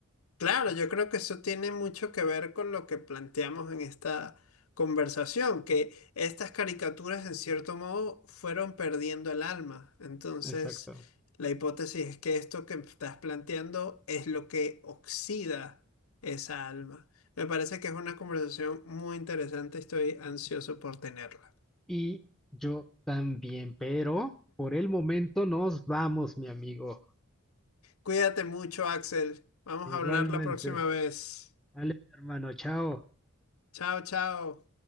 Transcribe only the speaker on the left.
Claro, yo creo que eso tiene mucho que ver con lo que planteamos en esta conversación, que estas caricaturas en cierto modo fueron perdiendo el alma. Entonces,
la hipótesis es que esto que estás planteando es lo que oxida esa alma. Me parece que es una conversación muy interesante, estoy ansioso por tenerla.
Cuídate mucho, Axel. Vamos
a hablar la próxima vez.
Chao, chao.